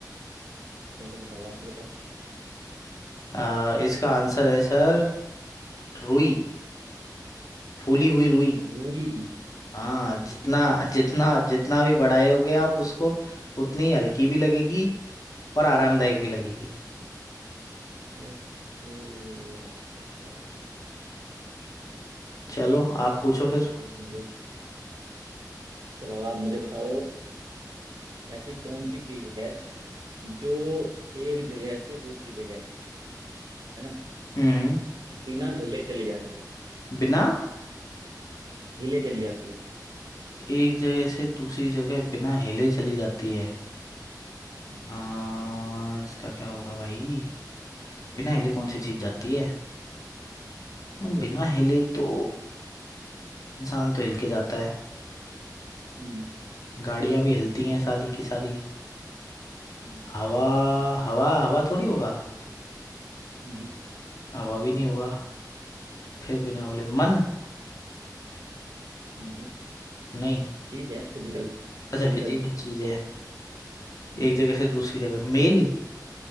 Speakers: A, on the right; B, on the left.
A: चलो बताओ आप भी बताओ
B: आ, इसका आंसर है सर रुई फूली हुई रुई
A: रूई
B: हाँ जितना जितना जितना भी बढ़ाओगे आप उसको उतनी हल्की भी लगेगी और आरामदायक भी लगेगी
A: Okay right right right right
B: चलो
A: चलो
B: आप पूछो फिर
A: बहुत बढ़िया चलो अब आप मुझे बताओ ऐसी कौन सी चीज है जो एक जगह से दूसरी जगह है ना
B: हम्म
A: बिना हिले चली जाती है
B: बिना
A: हिले चली जाती है
B: एक जगह से दूसरी जगह बिना हिले चली जाती है
A: हम्म
B: आ, इसका क्या होगा भाई बिना हिले कौन सी चीज जाती है हम्म,
A: देखो
B: बिना हिले तो इंसान तो हिल के जाता है
A: हम्म
B: गाड़ियां भी हिलती हैं सारी की सारी
A: हम्म
B: हवा हवा हवा थोड़ी होगा
A: हम्म,
B: हवा भी नहीं होगा फिर बिना बोले मन
A: हम्म, हम्म।
B: नहीं
A: चीज है फिजिकल
B: अच्छा
A: फिजिकल
B: फिजिकल चीज है
A: हम्म
B: एक जगह से दूसरी जगह मेल